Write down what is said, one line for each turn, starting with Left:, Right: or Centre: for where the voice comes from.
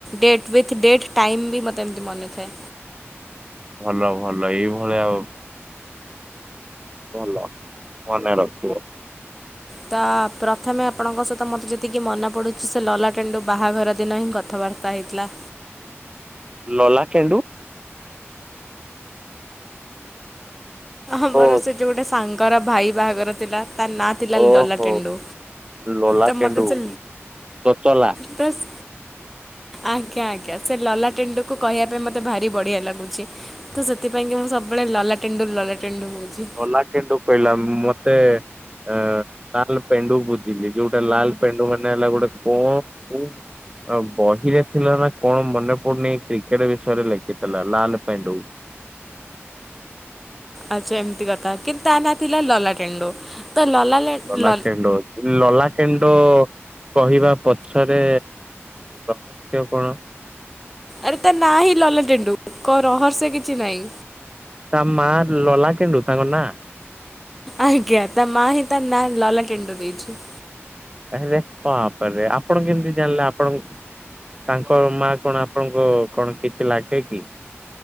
Centre: ଡେଟ୍ ଉଇଥ୍ ଡେଟ୍ ଟାଇମ୍ ବି ମୋତେ ଏମିତି ମନେଥାଏ।
Right: ଭଲ ଭଲ ଏଇଭଳିଆ ଆଉ ଭଲ ମନେ ରଖିଥିବ।
Centre: ତା ପ୍ରଥମେ ଆପଣଙ୍କ ସହିତ ମୋତେ ଯେତିକି ମନେ ପଡ଼ୁଛି ସେ ଲଲାକେଣ୍ଡୁ ବାହାଘର ଦିନ ହିଁ କଥାବାର୍ତ୍ତା। ପାହିଥିଲା
Right: ଲଲାକେଣ୍ଡୁ
Centre: ଆମର
Right: ଓ
Centre: ସେ ଯୋଉ ଗୋଟେ ସାଙ୍ଗର ଭାଇ ବାହାଘର ଥିଲା ତା ନା ଥିଲା
Right: ଓହୋ
Centre: ଲଲାଟେଣ୍ଡୁ
Right: ଲୋଲା
Centre: ତ
Right: କେଣ୍ଡୁ
Centre: ମତେ ସେ
Right: ତୋଚଲା
Centre: ପ୍ରସ୍ ଆଜ୍ଞା ଆଜ୍ଞା ସେ ଲଲାଟେଣ୍ଡୁ କୁ କହିବା ପାଇଁ ମୋତେ ଭାରି ବଢ଼ିଆ ଲାଗୁଛି। ତ ସେଥିପାଇଁ କି ମୁଁ ସବୁବେଳେ ଲଲାଟେଣ୍ଡୁ ଲଲାଟେଣ୍ଡୁ ହେଉଛି।
Right: ଲଲାକେଣ୍ଡୁ କହିଲା ମତେ ଆଁ ଲାଲ ପେଣ୍ଡୁ ବୁଝିଲି ଯୋଉଟା ଲାଲ ପେଣ୍ଡୁ ମାନେ ହେଲା ଗୋଟେ କୋ କୌ ଆ ବହିରେ ଥିଲା ନା କଣ ମନେପଡୁନି କ୍ରିକେଟ ବିଷୟରେ ଲେଖିଥିଲା ଲାଲ ପେଣ୍ଡୁ।
Centre: ଆଚ୍ଛା ଏମିତି କଥା କିନ୍ତୁ ତା ନା ଥିଲା ଲଲାଟେଣ୍ଡୁ। ତ ଲଲା ଲେ
Right: ଲଲାଖେଣ୍ଡୁ
Centre: ଲ
Right: ଲଲାକେଣ୍ଡୁ କହିବା ପଛରେ ରହସ୍ୟ କଣ?
Centre: ଆରେ ତା ନାଁ ହିଁ ଲଲାଟେଣ୍ଡୁ କ ରହର୍ସ୍ୟ କିଛି ନାହିଁ।
Right: ତାମା ଲଲାକେଣ୍ଡୁ ତାଙ୍କ ନା?
Centre: ଆଜ୍ଞା ତା ମା ହିଁ ତା ନା ଲଲାକେଣ୍ଡୁ ଦେଇଛି।
Right: ତାହେଲେ କଣ କରିବା ଆପଣ କେମିତି ଜାଣିଲେ ଆପଣ ତାଙ୍କ ମାଆ କଣ ଆପଣଙ୍କ କଣ କିଛି ଲାଗେ କି?